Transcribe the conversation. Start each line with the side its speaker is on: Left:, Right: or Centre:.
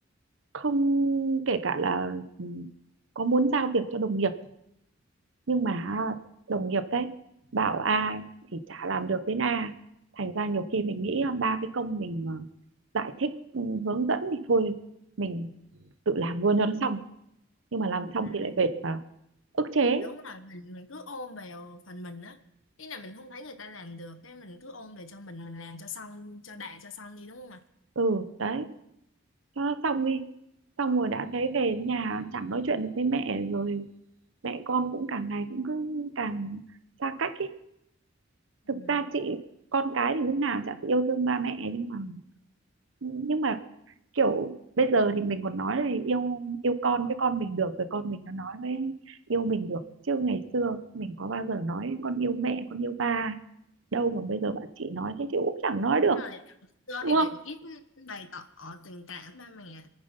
Right: không kể cả là ừ, có muốn giao việc cho đồng nghiệp nhưng mà à, đồng nghiệp đấy bảo A thì chả làm được đến A thành ra nhiều khi mình nghĩ là ba cái công mình ờ, giải thích ừ, hướng dẫn thì thôi mình tự làm luôn cho nó xong nhưng mà làm xong
Left: à,
Right: thì lại về vào ức chế
Left: đúng rồi mình mình cứ ôm vào phần mình á ý là mình không thấy người ta làm được cái mình cứ ôm về cho mình mình làm cho xong cho đạt cho xong đi đúng không ạ
Right: ừ đấy cho nó xong đi xong rồi đã thấy về nhà chẳng nói chuyện được với mẹ rồi mẹ con cũng càng ngày cũng cứ càng xa cách ấy thực
Left: Ừ.
Right: ra chị con cái thì lúc nào chả phải yêu thương ba mẹ nhưng mà ừ, nhưng mà kiểu bây giờ thì mình còn nói là yêu yêu con cái con mình được rồi con mình nó nói với yêu mình được chứ ngày xưa mình có bao giờ nói con yêu mẹ con yêu ba đâu mà bây giờ bạn chị nói thế chị cũng chẳng nói được
Left: Đúng rồi xưa
Right: đúng
Left: thì
Right: không
Left: mình ít bày tỏ tình cảm ba mẹ